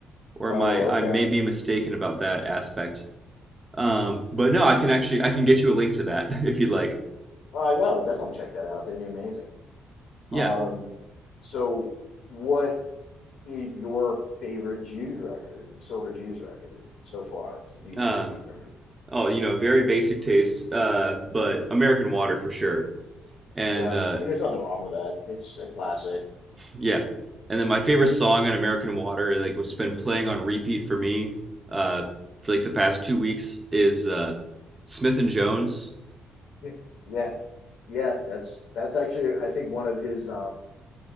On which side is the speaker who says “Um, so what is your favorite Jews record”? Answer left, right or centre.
Left